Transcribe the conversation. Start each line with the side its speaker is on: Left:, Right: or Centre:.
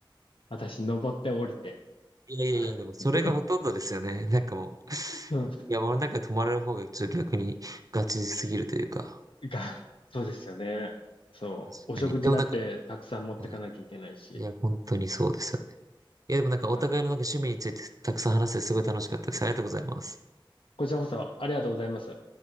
Left: 私、登って降りて。
Right: いやいやいや、
Left: そう。
Right: でもそれがほとんどですよね。
Left: <laughs>
Right: <laughs> なんかもう、<laughs>
Left: うん
Right: 山の中に泊まれる方がちょっと逆にガチすぎるというか。
Left: が、そうですよね。そう。
Right: 確かに。
Left: お食事だってたくさん持ってかなきゃいけないし。
Right: でもなんか、うん、いや、本当にそうですよね。いや、でもなんかお互いのなんか趣味についてたくさん話してすごい楽しかったです。
Left: はい。
Right: ありがとうございます。
Left: こちらこそありがとうございます。